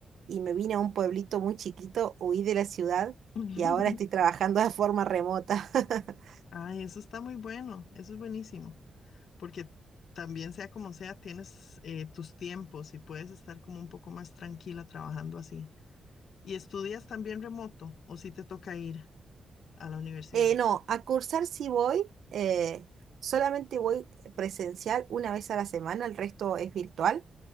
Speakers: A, on the right (about 70°); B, on the left (about 70°).
A: y me vine a un pueblito muy chiquito, huí de la ciudad
B: <laughs>
A: y ahora estoy trabajando de forma remota. <laughs>
B: Ay, eso está muy bueno, eso es buenísimo, porque también sea como sea, tienes eh, tus tiempos y puedes estar como un poco más tranquila trabajando así. ¿Y estudias también remoto o si te toca ir? a la universidad.
A: Eh, no, a cursar sí voy, eh, solamente voy presencial una vez a la semana, el resto es virtual,